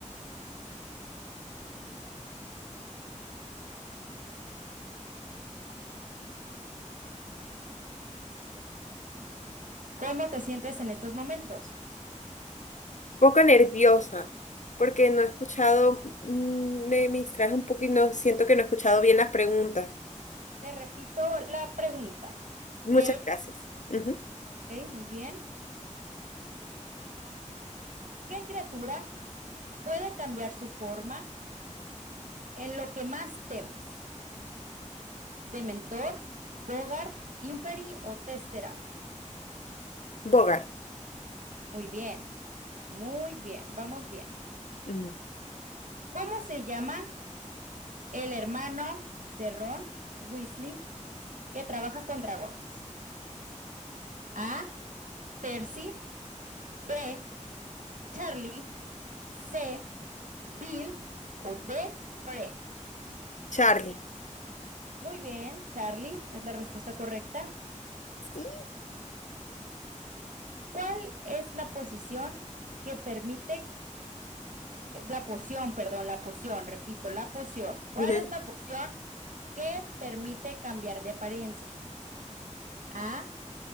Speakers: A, on the right; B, on the left.
A: ¿Cómo te sientes en estos momentos?
B: Un poco nerviosa, porque no he escuchado, mm, me, me distraes un poco y no siento que no he escuchado bien las preguntas.
A: Te repito la pregunta, ¿ok?
B: Muchas gracias. Ujú.
A: Ok, muy bien. ¿Qué criatura puede cambiar su forma en lo que más temes? ¿Dementor, Bogart, Inferi o Testeral?
B: Bogart.
A: Muy bien, muy bien, vamos bien.
B: Ujú.
A: ¿Cómo se llama el hermano de Ron Weasley que trabaja con dragones? A. Percy, B. Charlie, C. Bill o D. Fred.
B: Charlie.
A: Muy bien, Charlie, es la respuesta correcta.
B: Sí.
A: ¿Cuál es la posición que permite, la poción, perdón, la poción, repito, la poción? ¿Cuál
B: <laughs>
A: es la poción que permite cambiar de apariencia? A,